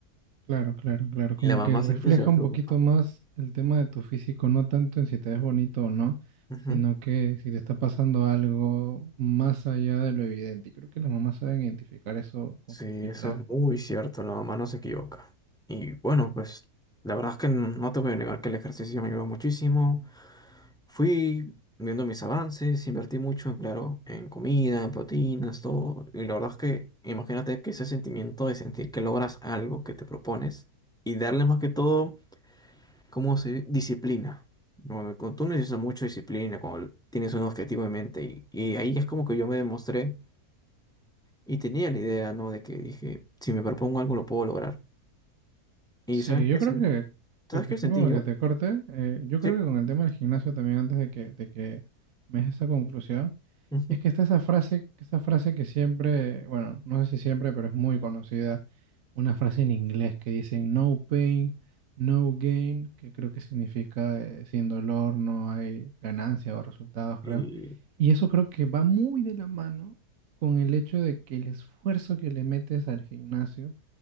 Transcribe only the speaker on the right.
Claro, claro, claro.
Como
que refleja
un
poquito más el tema de tu físico, no tanto en si te ves bonito o no,
sino que si te está pasando algo más allá de lo evidente. Y creo que las mamás saben identificar eso con
facilidad.
Sí,
yo
creo
que, que
discúlpame
que te corte, eh, yo creo
que con el tema del gimnasio también antes de que, de que me des esa conclusión,
es que está esa frase, esa frase que siempre, bueno, no sé si siempre, pero es muy conocida, una frase en inglés que dicen no pain, no gain, que creo que significa eh, sin dolor no hay ganancia o resultados,
creo.
Y eso creo que va muy de la mano con el hecho de que el esfuerzo que le metes al gimnasio